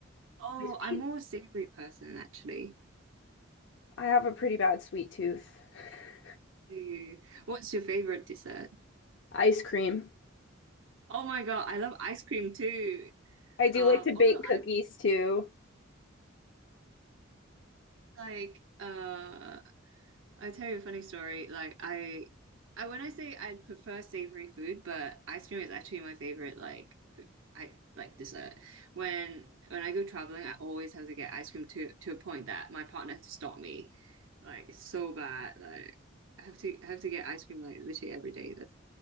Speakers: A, on the right; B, on the left.
A: Oh,
B: Like
A: I'm
B: Sweets?
A: more a savory person actually.
B: I have a pretty bad sweet tooth. <laughs>
A: Do you? What's your favorite dessert?
B: Ice cream.
A: Oh my God, I love ice cream too.
B: I do
A: Uh,
B: like to bake
A: although
B: cookies
A: I'm
B: too.
A: like, uh, i tell you a funny story. Like I, I when I say I prefer savory food, but ice cream is actually my favorite. Like food, I like dessert. When when I go traveling, I always have to get ice cream to to a point that my partner has to stop me. Like it's so bad. Like I have to I have to get ice cream like literally every day.